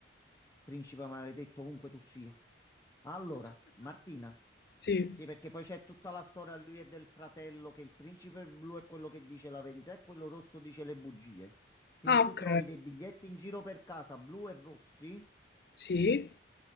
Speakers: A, on the left; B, on the left.
A: principe maledetto ovunque tu sia. Allora, Martina,
B: Sì.
A: sì, perché poi c'è tutta la storia lui e del fratello, che il principe blu è quello che dice la verità e quello rosso dice le bugie. Quindi
B: Ah, ok.
A: tu trovi dei biglietti in giro per casa, blu e rossi,
B: Sì.